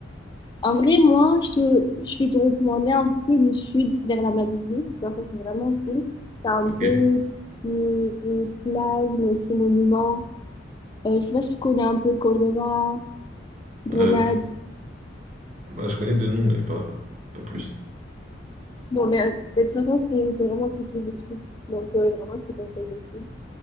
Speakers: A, on the left (about 25°); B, on the right (about 40°).
A: En vrai, moi, je te, je vais te recommander un peu le sud vers la Malaisie. Donc, ça, c'est vraiment cool. T'as un
B: Ok.
A: peu les plages, mais aussi monuments. Euh, je sais pas si tu connais un peu Cordoba, Grenade.
B: Euh, bah, je connais deux noms, mais pas, pas plus.
A: Bon, mais euh, de toute façon, c'est c'est vraiment très cool le sud. Donc, euh, vraiment, je te conseille le sud.